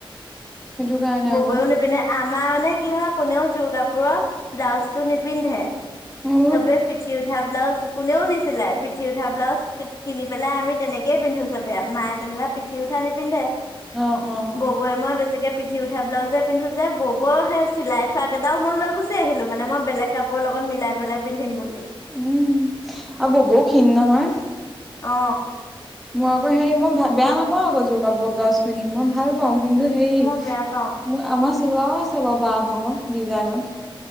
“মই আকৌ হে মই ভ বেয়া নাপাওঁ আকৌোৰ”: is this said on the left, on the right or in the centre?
Centre